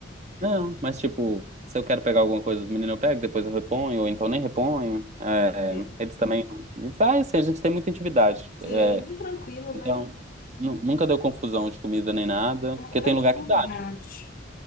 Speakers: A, on the right; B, on the left.
A: Não, mas, tipo, se eu quero pegar alguma coisa dos meninos, eu pego, depois eu reponho, ou então nem reponho. É,
B: Ok.
A: eles também. E Vai, assim, a gente tem muita intimidade.
B: Sei,
A: É,
B: muito tranquilo,
A: então,
B: né?
A: nu- nunca deu confusão de comida nem nada,
B: É
A: porque
B: uma grande
A: tem lugar
B: comunidade.
A: que dá.